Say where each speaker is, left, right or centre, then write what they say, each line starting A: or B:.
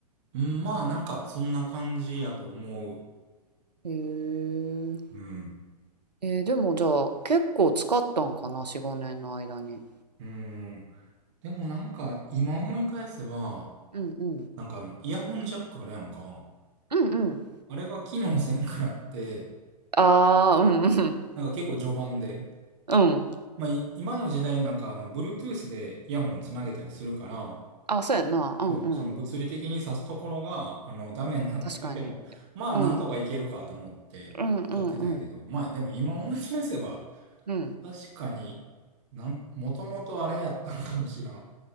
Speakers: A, on the right; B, on the right.
A: うん、まあ、なんか、そんな感じやと思う。
B: へえ。
A: うん。
B: えーでもじゃあ結構使ったんかな、4、5年の間に。
A: うん。でもなんか、今思い返せば、
B: うんうん。
A: なんかあの、イヤホンジャックあれやんか。
B: うんうん。
A: あれが機能せんくらって、
B: ああ、うんうん。
A: なんか結構序盤で。
B: うん。
A: まあ、い今の時代なんかあの、Bluetooth でイヤホンつなげたりするから、
B: あ、そうやんな。うんうん。
A: そう、その物理的に挿すところが、あの、ダメになったけど、
B: 確かに。
A: まあ、
B: うん。
A: なんとかいけるかと思って使ってたんやけど、
B: うんうんうん。
A: まあ、でも今思い返せば、
B: うん。
A: 確かに、なん、もともとあれやったんかもしらん。